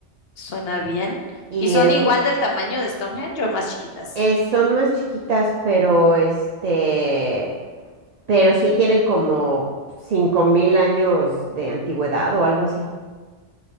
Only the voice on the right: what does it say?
y
es
Eh, son más chiquitas, pero este, pero sí tienen como 5000 años de antigüedad o algo así.